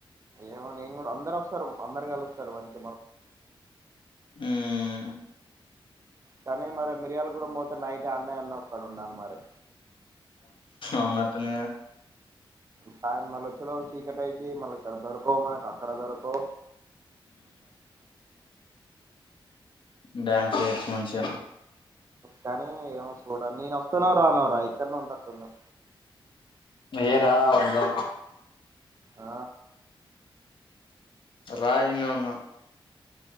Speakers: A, on the right; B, on the left.
A: ఏమని ఏం కూడా అందరు వస్తారు అందరు కలుస్తారు మంట
B: ఉమ్..
A: కానీ మరి మిరియాలుగూడెం పోత నైట్ అన్నయ్యన్న ఒక్కడ ఉండాలి మరి
B: ఉనాతో న
A: సాయ మళ్ళ వచ్చ చీకట అయితే మళ్ళ ఇక్కడ దొరకోవు మనకి అక్కడ దొరకో
B: ్యాన్స మంచి
A: కానీ ఏమో చూడ నేను వస్తానో రాను రా ఇక్కన్నా ఉంటటుంది
B: సేరా వందా
A: ఆ
B: రాయి నవును